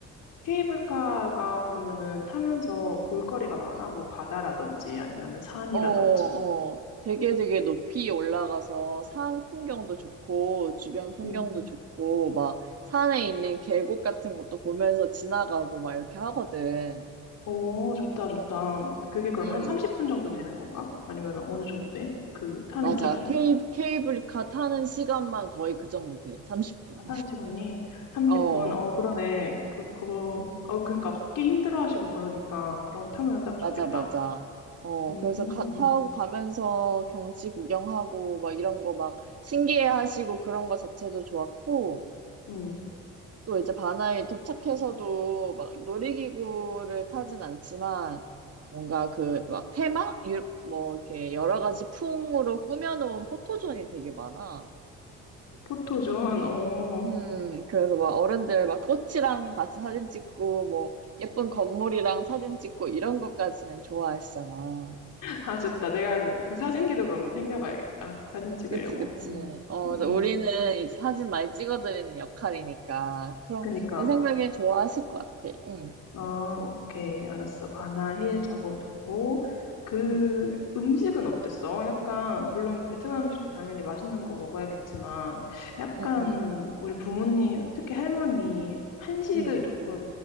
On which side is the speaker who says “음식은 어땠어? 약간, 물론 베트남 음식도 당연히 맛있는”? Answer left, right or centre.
Left